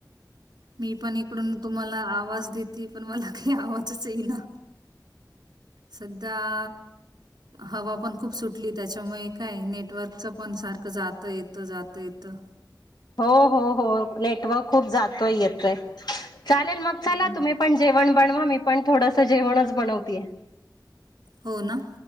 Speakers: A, on the right (about 70°); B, on the left (about 70°).
A: मी पणं इकडूंन तुम्हांला आवांज देते पणं मलां कांहीं आवांजच येई नां संध्या हवां पणं खूंप सुटली त्यांच्यामुळे कायं नेटवर्कच पणं सारखं जातं येतं जातं येतं
B: हो हो हो नेटवर्क खूंप जातोय येतंय चालेल मंग चलां
A: हो
B: करां
A: ना.
B: तुम्हीं पणं जेवणं बनवां मी पणं थोडंसं जेवणंच बनवते
A: हो नां